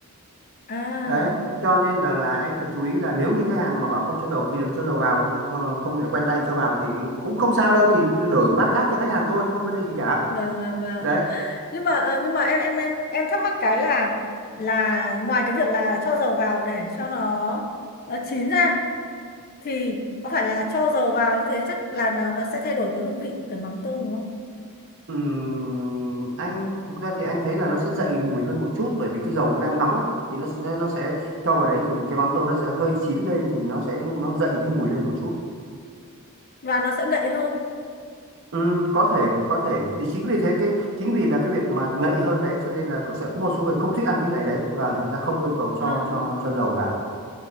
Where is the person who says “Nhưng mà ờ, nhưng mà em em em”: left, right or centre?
Left